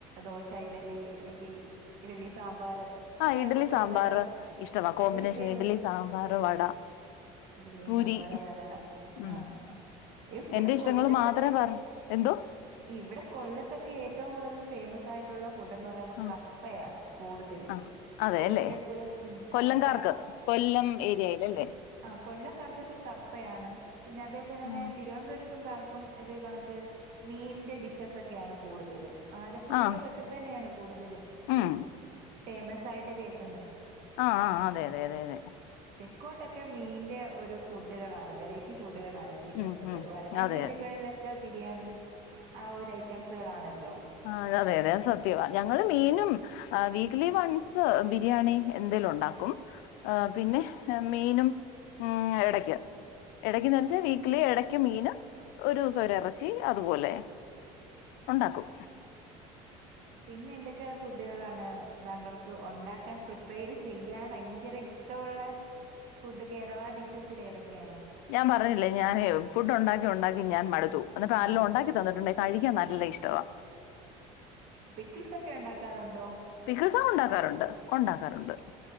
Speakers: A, on the right; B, on the left.
A: ദോശ ഇഡലി അല്ലെങ്കി. ഇഡ്ലി സാമ്പാറ്
B: ആ
A: അങ്ങനെ
B: ഇഡ്ലി
A: പുട്ടും
B: സാമ്പാർ
A: കടല
B: ഇഷ്ടവാ കോമ്പിനേഷൻ
A: അതില് ഫേവറേറ്റ്.
B: ഇഡ്ലി സാമ്പാർ വട
A: ഇഡ്ലി
B: പൂരി
A: സാമ്പാറ് വട
B: ഉം
A: ആഹ് ഇവിടെ
B: എന്റെ
A: കു
B: ഇഷ്ടങ്ങൾ
A: കൊല്ലത്തൊക്കെ
B: മാത്രമേ പറ എന്തോ
A: ഇവടെ കൊല്ലത്തൊക്കെ ഏറ്റവും കൂടുതല് ഫേമസ് ആയിട്ടുള്ള. ഫുഡ്ന്ന് പറയുമ്പോ
B: ആ
A: കപ്പയാണ് കൂടുതലും
B: ആ അതെല്ലേ
A: കൊല്ലത്ത് ഉം
B: കൊല്ലംകാർക്ക്
A: കപ്പ.
B: കൊല്ലം ഏരിയയില്.
A: ആഹ് കൊല്ലക്കാർക്കൊക്കെ കപ്പയാണ് പിന്നെ അതേപോലെ തന്നെ
B: ഉം
A: തിരുവന്തേര് ത്ത്ക്കാർക്കും ഇതേ കണക്ക് മീന്റെ ഡിഷസെക്കെയാണ് കൂടുതലും. ആലപ്പുഴയും
B: ആ
A: അതൊക്കെ തന്നെയാണ് കൂടുതലും
B: ഉം
A: ഫേമസായിട്ട് കേക്കുന്നെ.
B: ആഹ് ആഹ് അതെ അതെ അതെ അതെ.
A: തെക്കോട്ടൊക്കെ മീന്റെ ഒരു ഫുഡുകളാണ് വെറൈറ്റി ഫുഡുകളാണ് കിട്ടുന്നത്
B: ഉം ഉം
A: വട
B: അതെ അതെ
A: ലക്കെ ബിരിയാണി ആഹ് ഒരു ഐറ്റംസുകളാണല്ലോ.
B: ആഹ് അതെ അതെ അത് സത്യവാ ഞങ്ങള് മീനും. ആഹ് വീക്ക്ലി വൺസ് ബിരിയാണി എന്തേലും ഉണ്ടാക്കും. ആഹ് പിന്നെ മീനും ഉം എടയ്ക്ക്. എടയ്ക്ക്ന്ന് വച്ചാ വീക്ക്ലി എടയ്ക്ക് മീന് ഒരൂസം ഒരു എറച്ചി അതുപോലെ. ഉണ്ടാക്കും.
A: പിന്നെ എന്തൊക്കെ ഫുഡുകളാണ് താങ്കൾക്ക് ഒണ്ടാക്കാൻ പ്രിപ്പയർ ചെയ്യാൻ ഭയങ്കര ഇഷ്ടമുള്ള ഫുഡ് കേരള ഡിഷസില് ഏതൊക്കെയാണ്?
B: ഞാൻ പർഞ്ഞില്ലേ ഞാന് ഫുഡ് ഒണ്ടാക്കി ഒണ്ടാക്കി ഞാൻ മടുത്തു. എന്ന്ട്ട്
A: ഉം
B: ആരേലും
A: മടുത്തു
B: ഒണ്ടാക്കി തന്നട്ടുണ്ടെ കഴിക്കാൻ നല്ല ഇഷ്ടവാ
A: പിക്കിൾസക്കെ ഒണ്ടാക്കാറൊണ്ടോ?
B: പിക്കിൾസെക്കെ ഒണ്ടാക്കാറുണ്ട് ഒണ്ടാക്കാറുണ്ട്.